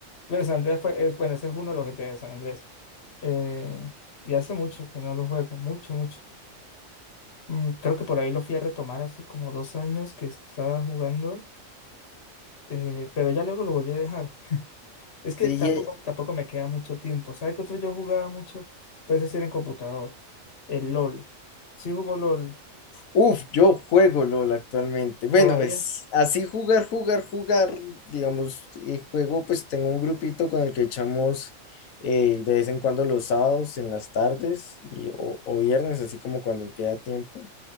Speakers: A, on the left; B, on the left.
A: Pero San Andrés fue- es, bueno, ese es uno de los GTA de San Andrés. Eh, y hace mucho que no lo juego, mucho, mucho. Mm, Creo que por ahí lo fui a retomar hace como dos años que estaba jugando, eh, pero ya luego lo volví a dejar. <laughs> Es que
B: Sí,
A: tampoco,
B: y, eh,
A: tampoco me queda mucho tiempo. ¿Sabes qué otro yo jugaba mucho? Pero ese sí era en computador. El LOL. Sí jugó LOL.
B: uf, yo juego LOL actualmente. Bueno,
A: ¿Todavía?
B: pues así jugar, jugar, jugar, digamos, eh, juego, pues tengo un grupito con el que echamos eh, de vez en cuando los sábados en las tardes y, o, o viernes, así como cuando queda tiempo.